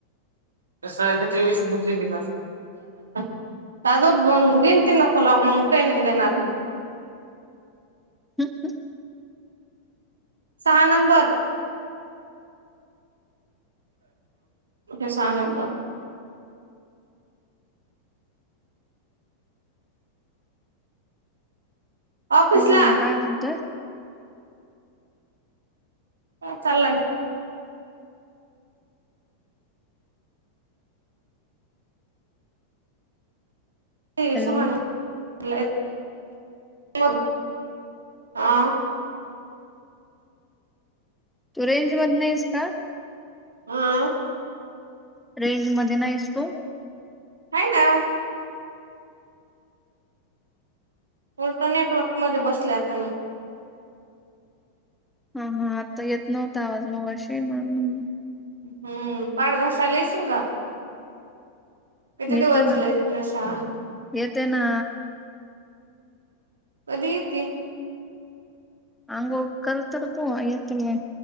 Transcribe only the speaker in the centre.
ह ह <inaudible>
बोल ना काय म्हणतेय.
हॅलो
तू रेंज मध नाहीस का.
रेंज मध्ये नाहीस तू.
हा हा, आता येत नव्हता आवाज मगशी म्हणून म्हणलं मी.
येते ना
येते ना.
आंघोळ करतो ना तू आहे ते मी.